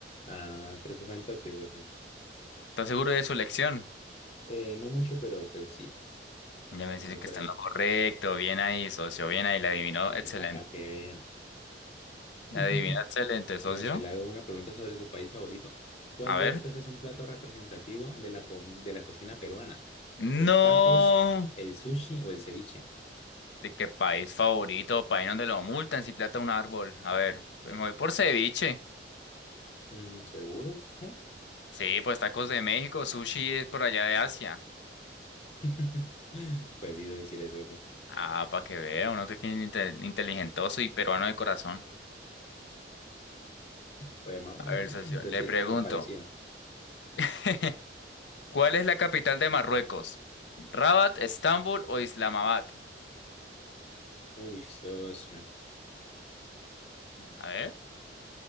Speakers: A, on the left; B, on the left.
A: Ah, creo que fue en Tokio, eso sí.
B: ¿Estás seguro de su elección?
A: Eh, no mucho, pero pues sí,
B: Ya me dice
A: me voy
B: que
A: por
B: está
A: esa.
B: en lo correcto. Bien ahí, socio. Bien ahí. La adivinó.
A: Y
B: Excelente.
A: papá, que vea.
B: La
A: <laughs>
B: adivinó. Excelente, socio.
A: Bueno, se le hago una pregunta sobre su país favorito. ¿Cuál
B: A
A: de
B: ver.
A: estos es un plato representativo de la, co- de la cocina peruana?
B: No.
A: ¿Los tacos, el sushi o el ceviche?
B: ¿De qué país favorito? País donde lo multan si plata un árbol. A ver. Pues me voy por ceviche.
A: Mm, ¿seguros? ¿No?
B: Sí, pues tacos de México. Sushi es por allá de Asia.
A: <laughs> Pues sí, decir eso. <laughs>
B: Ah, para que vea. Uno que es inte- inteligentoso y peruano de corazón.
A: Pues más o
B: A
A: menos,
B: ver,
A: ¿no?
B: socio,
A: Pues
B: le
A: sí,
B: pregunto,
A: es como parecido.
B: <laughs> ¿Cuál es la capital de Marruecos? ¿Rabat, Estambul o Islamabad?
A: Uy, socio.
B: A ver,